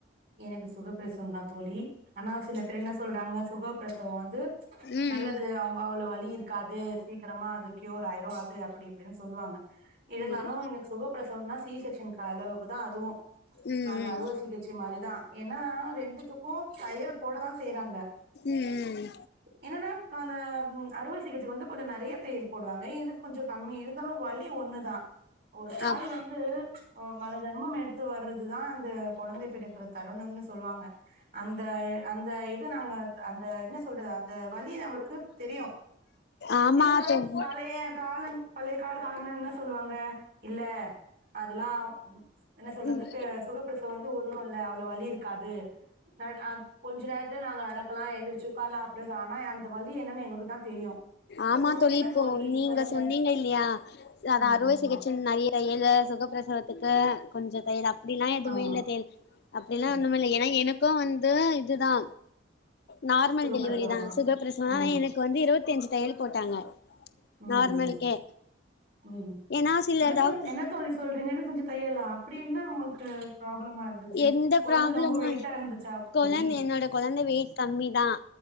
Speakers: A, on the right; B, on the left.
A: எனக்கு சுகப்பிரசவதா தோழி ஆனா சில பேர் என்ன சொல்றாங்க சுகப்பிரசவ து
B: ம்
A: நல்லது அவ்ங் பா அவ்ள வலி இருக்காது சீக்ரமா அது க்யூர் ஆய்ரு அது அப்டி இப்டின் சொல்லுவாங்க இருந்தாலு
B: ம்
A: உங்களுக்கு சுகப்பிரசவ தா சி செக்க்ஷன் அளவுக்கு தா அதுவு
B: ம்
A: அந்த
B: ம்
A: அறுவசிகிச்சை மாரிதா ஏன்னா ரெண்டுத்துக்கு தையல் போடதா செய்றாங்க
B: ம் ம்
A: என்னனா அந்த அறுவ சிகிச்சைக்கு வந்து கொஞ்சோ நெறய தையல் போடுவாங்க இதுக்கு கொஞ்சோ கம்மி இருந்தாலு வலி ஒன்னுதா ஒரு தாய்
B: அப்
A: வந்து மறு ஜென்மம் எடுத்து வர்றதுதா அந்த கொழந்தை பிறக்குற தருணம்னு சொல்லுவாங்க அந்த அந்த இது நாங்க அந்த என்ன சொல்றது அந்த வலி நம்மளுக்கு தெரியு
B: ஆமா
A: இருந்தாலு
B: தோழி
A: அந்த பழைய காலங் பழையக்காலத் ஆளுங்களா என்னா சொல்வாங்க இல்ல அதுல்லா ம் என்ன சொல்றது
B: ம்
A: பே சுகப்பிரசவ வந்து ஒர் ஒங்கு இல்ல அவ்ள வலி இருக்காது த அட் கொஞ்சோ நேரத்துலயே நாங்க நடக்கலா எந்திர்ச்சு உக்கார்லா அப்ற ஆனா அந்த வலி என்னன் எங்களுக்கு தா தெரியு
B: ஆமா
A: உங்களுக்கு
B: தோழி
A: என்ன
B: இப்போ நீங்க
A: சொல்லுங்க
B: சொன்னீங்க இல்லயா அது
A: ம்
B: அறுவை சிகிச்சை கின் நறிய தயல்ல சுகப்பிரசவத்துக்கு கொஞ்சோ தயலா அப்டிலா எதுமே
A: ஆமா
B: இல்ல தேல் அப்டிலா
A: ம்
B: ஒன்னுமே இல்ல ஏன்னா எனக்கு வந்து இதுதா நார்மல்
A: சுகப்பிரசவமா
B: டெலிவரி தா சுகபிரசவோ
A: ம்
B: ஆனா எனக்கு வந்து இருவத்தஞ்சு தையல் போட்டாங்க
A: ம்
B: நார்மலுக்கே
A: ம் ம்
B: ஏன்னா சில
A: என்ன
B: டாக்டர்
A: சொல் என்ன தோழி சொல்றீங்கன் சொஞ்சு தய்யலா அப்டி என்ன உங்கள்க்கு ப்ராப்ளமா இருந்துச்சு
B: எந்த
A: கொழந்த
B: ப்ராப்ளமா
A: ரொம்ப வெயிட்டா இருந்துச்சாக்
B: கொழந்த
A: தோழி
B: என்னோட கொழந்த வெயிட் கம்மி தா